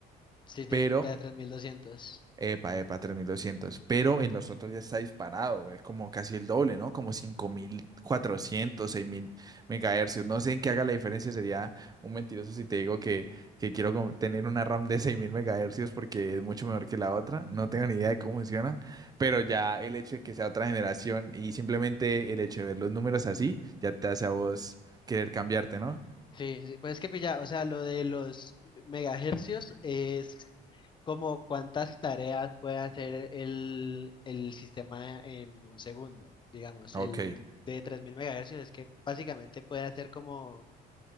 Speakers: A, on the left; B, on the right.
A: Sí,
B: Pero
A: sí, te da tres mil doscientos
B: Epa, epa, tres mil doscientos Pero en los otros ya está disparado. Es como casi el doble, ¿no? Como cinco mil cuatrocientos seis mil megahercios. No sé en qué haga la diferencia. Sería un mentiroso si te digo que, que quiero como tener una RAM de seis mil megahercios porque es mucho mejor que la otra. No tengo ni idea de cómo funciona. Pero ya el hecho de que sea otra generación y simplemente el hecho de ver los números así ya te hace a vos querer cambiarte, ¿no?
A: Sí, sí, pues es que pilla, o sea, lo de los megahercios es como cuántas tareas puede hacer el, el sistema en un segundo. Digamos,
B: Ok,
A: el de 3000 megahercios es que básicamente puede hacer como,